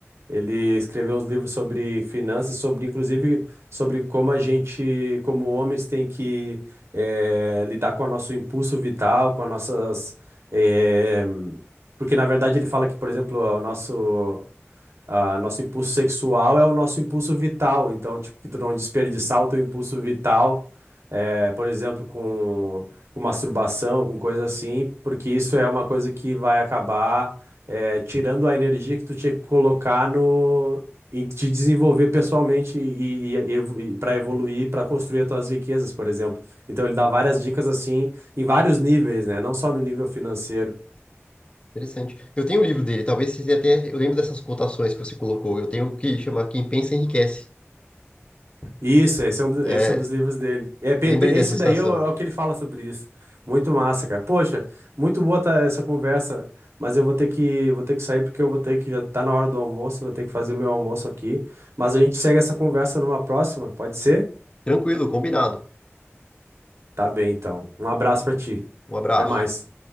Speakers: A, on the right (about 65°); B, on the left (about 25°).
A: Ele escreveu uns livros sobre finanças, sobre, inclusive, sobre como a gente, como homens, tem que eh, lidar com o nosso impulso vital, com as nossas. eh, porque, na verdade, ele fala que, por exemplo, o nosso, ah, nosso impulso sexual é o nosso impulso vital, então, tipo, que tu não desperdiçar o teu impulso vital, eh, por exemplo, com, com masturbação, com coisa assim, porque isso é uma coisa que vai acabar, eh, tirando a energia que tu tinha que colocar no, em te desenvolver pessoalmente e, para evoluir, para construir as tuas riquezas, por exemplo. Então, ele dá várias dicas assim, em vários níveis, né? Não só no nível financeiro.
B: interessante. Eu tenho o livro dele, talvez você até. Eu lembro dessas cotações que você colocou. Eu tenho o que chama Quem Pensa Enriquece.
A: Isso, esse é um, do-
B: É,
A: esse é um dos livros dele. É, pe-
B: lembrei
A: pe- esse
B: dessa citação.
A: daí é o, é o que ele fala sobre isso. Muito massa, cara. Poxa, muito boa tá essa conversa, mas eu vou ter que, vou ter que sair porque eu vou ter que, já tá na hora do almoço, vou ter que fazer meu almoço aqui. Mas a gente segue essa conversa numa próxima, pode ser?
B: Tranquilo, combinado.
A: Tá bem, então. Um abraço pra ti.
B: Um abraço.
A: Até mais.